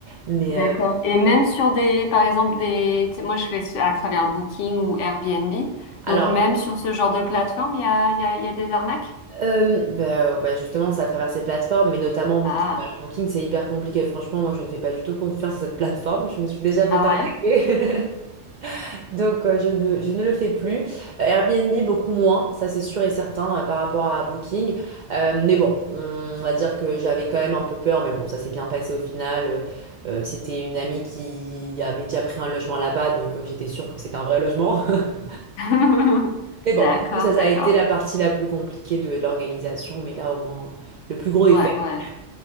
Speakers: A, on the right; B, on the left.
A: Mais
B: D'accord.
A: euh,
B: Et même sur des, par exemple, des, tu sais, moi je fais ce- à travers Booking ou Airbnb.
A: alors,
B: Donc même sur ce genre de plateforme, il y a, il y a, il y a des arnaques?
A: euh, bah, euh, ouais, justement, c'est à travers ces plateformes, mais notamment Booking.
B: Ah,
A: Alors, Booking, c'est hyper compliqué. Franchement, moi, je ne fais pas du tout confiance à cette plateforme. Je me suis déjà fait
B: ah
A: arnaquer.
B: ouais?
A: <laughs> Donc, euh, je ne, je ne le fais plus. Euh, Airbnb, beaucoup moins, ça c'est sûr et certain euh, par rapport à Booking. Euh, mais bon, on va dire que j'avais quand même un peu peur, mais bon, ça s'est bien passé au final. Euh, euh, c'était une amie qui avait déjà pris un logement là-bas, donc euh, j'étais sûre que c'était un vrai logement. <laughs>
B: <laughs>
A: Mais bon,
B: D'accord,
A: du coup, ça, ça
B: d'accord.
A: a été la partie la plus compliquée de, de l'organisation, mais là, au moins, euh, le plus gros est
B: Ouais,
A: fait.
B: ouais.